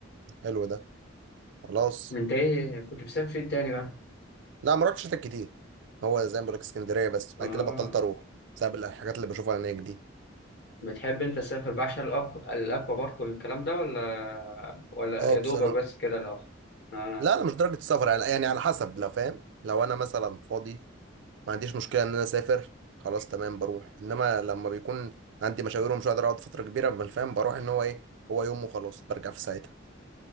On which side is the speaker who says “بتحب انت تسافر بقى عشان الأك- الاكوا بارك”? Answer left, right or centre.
Left